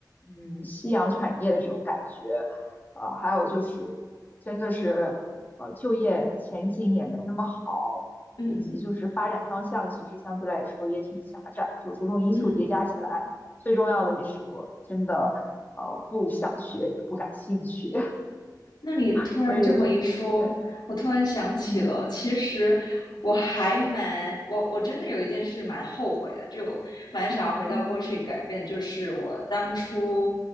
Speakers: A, on the left; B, on the left.
A: 嗯夕阳产业的这种感觉，呃，还有就是真的是呃就业前景也没那么好，
B: 嗯
A: 以及就是发展方向其实相对来说也挺狭窄，就种种因素叠加起来。
B: 嗯。
A: 最重要的也是我真的呃不想学，也不感兴趣，
B: 那你突然这么一说，
A: 所以对，
B: 我突然想起了，
A: 嗯
B: 其实我还蛮我我真的有一件事蛮后悔的，
A: 嗯
B: 就我蛮想要回到过去改变，
A: 嗯
B: 就是我当初，